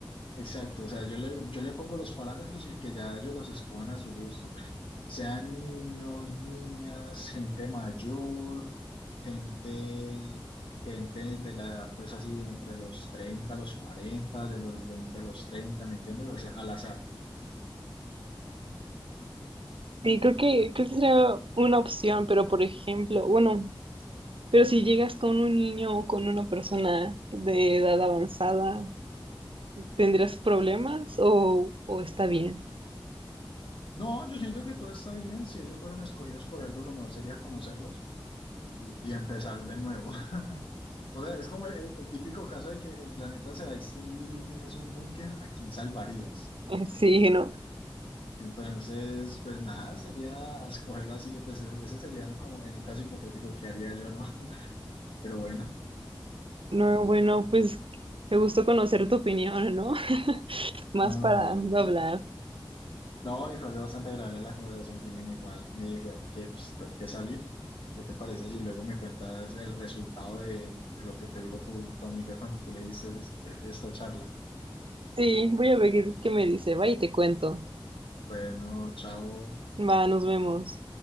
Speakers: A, on the left; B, on the right.
A: Exacto, o sea, yo le, yo le pongo los parámetros y que ya ellos los escojan a su gusto. Sean niños, niñas, gente mayor, gente, gente de la edad, pues así, entre los 30, a los 40, de los 20 a los 30, ¿me entiendes? O sea, al azar.
B: Sí, creo que, creo que sería una opción, pero por ejemplo, bueno, pero si llegas con un niño o con una persona de edad avanzada, ¿tendrías problemas o, o está bien?
A: No, yo siento que todo está bien. Si ellos fueron escogidos por algo, lo mejor sería conocerlos y, y- y empezar de nuevo. <laughs> O sea, es como el, el típico caso de que el planeta se va a extinguir y tienes un búnker, ¿a quién salvarías?
B: <laughs> Sí, ¿no?
A: Entonces, pues nada, sería escogerlo así, pues e- ese sería como en un caso hipotético que haría yo, ¿no? <laughs> Pero bueno,
B: No, bueno, pues me gustó conocer tu opinión, ¿no? <laughs> Más
A: no,
B: para
A: no, dale.
B: no hablar.
A: No, y fue bastante agradable la conversación, Jimena, igual. eh, fíjate que pues, tengo que salir. ¿Qué te parece si luego me cuentas el resultado de, de lo que te dijo tu, tu amiga cuando tú le diste es- e-, esta charla?
B: Sí, voy a ver qué, qué me dice. Va y te cuento.
A: Bueno, chao.
B: Va, nos vemos.